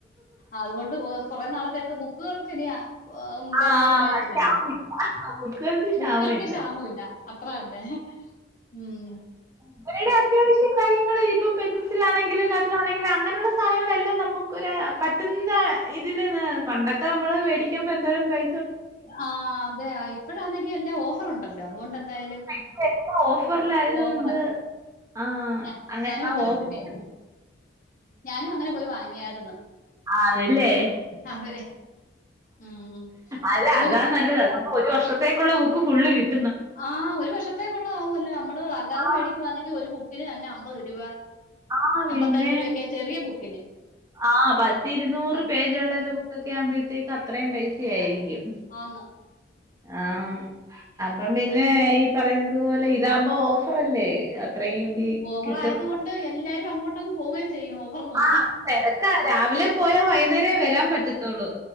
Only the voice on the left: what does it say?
അതുകൊണ്ട് കുറെ നാളത്തേക്ക് ബുക്കുകൾ ഒക്കെ ഇനി
വേണന്ന് പറയത്തില്ലല്ലോ
ബുക്കുകൾക്ക് ക്ഷാമം ഇല്ല അത്ര തന്നെ ഉം
ആഹ് അതെ ഇപ്പോഴാണെങ്കിൽ എല്ലാം ഓഫർ ഉണ്ടല്ലോ അതുകൊണ്ട് എന്തായാലും
ഓഫറാ
ഞാ-
ഞാനും
പോയി വേ- ഞാനും അങ്ങനെ പോയി വാങ്ങിയായിരുന്നു
അതെ. മ്മ്.
പിന്നെ
ഉ
ആഹ് ഒരു വർഷത്തേക്കുള്ള ആവല്ലോ നമ്മള് അല്ലാതെ
മേടിക്കുവാന്നെങ്കിൽ ഒരു ബുക്കിന് തന്നെ അമ്പത് രൂപ
അമ്പത്തഞ്ച് രൂപയൊക്കെയ ചെറിയ ബുക്കിന്
അത്
ആന്ന്
ഓഫർ
ആയത് കൊണ്ട് എല്ലാരും അങ്ങോട്ട്ങ്ങ് പോവുകയും ചെയ്യും ഓഫർ നോക്കി